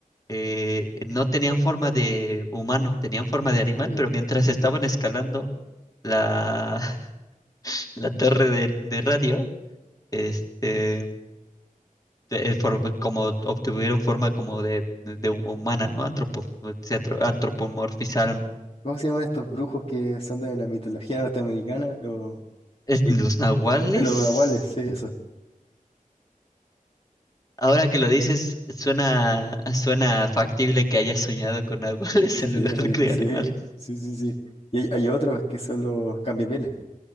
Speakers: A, on the left; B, on the left.
A: eh, no tenían forma de humano, tenían forma de animal,
B: Ah, ya.
A: pero mientras estaban escalando la, <laughs> la torre de, de radio, este, de- eh, form- como obtuvieron forma como de, de humana, ¿no? Antropo- se atro- antropomorfizaron.
B: ¿Cómo se llaman estos brujos que son de la mitología norteamericana? Los
A: Es-
B: Shape.
A: Los nahuales.
B: Eh, Los nahuales, sí, eso.
A: Ahora que lo dices, suena, suena factible que haya soñado con <laughs> nahuales en
B: Sí,
A: lugar
B: efe-
A: de
B: sí,
A: animales.
B: sí, sí, sí. Y hay, hay otros que son los cambiapieles.